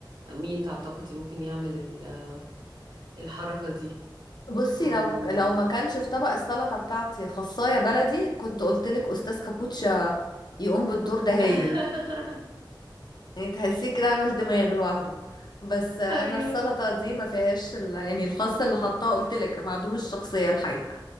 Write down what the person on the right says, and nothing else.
مين تعتقدي ممكن يعمل ال- الحركة دي
مم.
<laughs>
ايوه